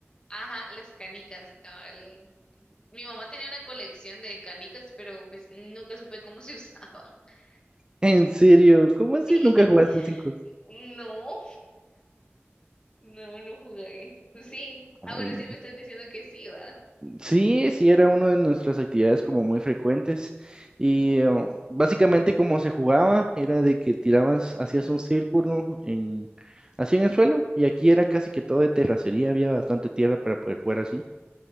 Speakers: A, on the left; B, on the right.
A: Ajá, las canicas, cabal. Mi mamá tenía una colección de canicas, pero pues nunca supe cómo se usaban. <laughs>
B: ¿En serio? ¿Cómo
A: Sí,
B: así nunca jugaste cinco?
A: no, no, no jugué. Sí.
B: Ay,
A: Ah, bueno,
B: no.
A: sí me estás diciendo que sí, va.
B: Sí, sí era una de nuestras actividades como muy frecuentes y uh, básicamente como se jugaba era de que tirabas, hacías un círculo en, así en el suelo y aquí era casi que todo de terracería, había bastante tierra para poder jugar así